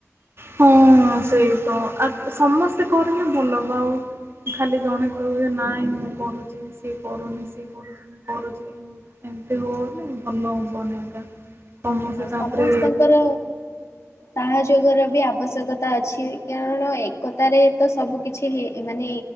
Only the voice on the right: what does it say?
ହଁ ସେଇ ତ ଆ ସମସ୍ତେ କରିଲେ ଭଲ ହବ ଆଉ ଖାଲି ଜଣେ କହିବ ଯେ ନାଇଁ ମୁଁ କରୁଛି ସିଏ କରୁନି ସିଏ କରୁଛି ମୁଁ କରୁଛି। ଏମିତି ହୋଉଲେ ଭଲ ହବନି ଏକା। ସମସ୍ତେ
ତାପରେ